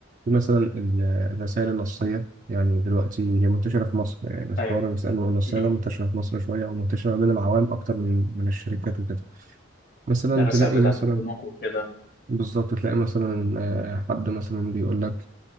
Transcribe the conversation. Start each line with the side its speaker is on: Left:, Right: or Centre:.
Right: مثلا ال- الرسائل النصية يعني دلوقتي هي منتشرة في مصر يعني بس
Left: أيوه
Right: حوار الرسائل النصية
Left: م-
Right: ده
Left: م.
Right: منتشرة في مصر شوية ومنتشرة بين العوام أكتر من من الشركات وكده مثلا
Left: الرسائل
Right: تلاقي
Left: بتاعت
Right: مثلا
Left: البنوك وكده
Right: بالظبط تلاقي مثلا آه، حد مثلا بيقول لك